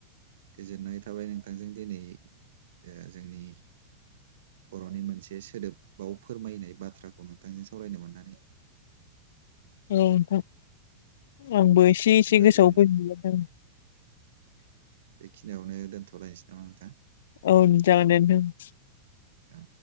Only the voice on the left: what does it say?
<unintelligible> आंबो एसे एसे
गोसोआव
फै मोनदों।
औ जागोनदे नोंथां।